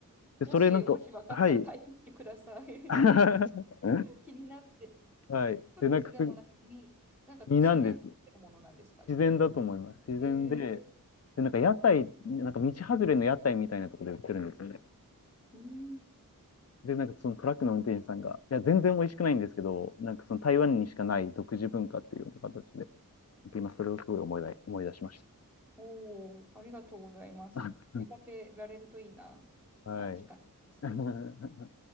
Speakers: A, on the left; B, in the centre.
A: で、
B: もし、
A: それなんか、
B: もし分かったらタイプしてください。
A: はい、<laughs>
B: <laughs> 気になって。
A: はい。
B: フルーツでもなく、
A: で、なんかす、
B: み、なんか自然に出るものなんですかね。
A: 身なんです。自然だと思います。自然で、
B: えー、
A: で、なんか屋台、なんか道外れの屋台みたいなところで売ってるんですよね。
B: うん、
A: で、なんかそのトラックの運転手さんが、いや、全然美味しくないんですけど、なんかその台湾にしかない独自文化っていうような形で、今それをすごい思い出、思い出しまし
B: おー、ありがとうございます。
A: た。
B: 見かけられるといいな。
A: <laughs> はい。
B: 短期間ですけど。
A: <laughs>